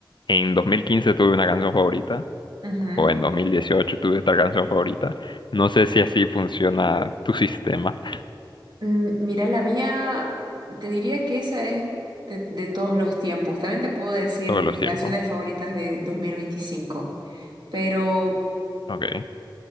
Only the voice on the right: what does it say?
Ujú.
Mm, Mira, la mía, te diría que esa es de, de todos los tiempos. También te puedo decir
mis
canciones favoritas de 2025. pero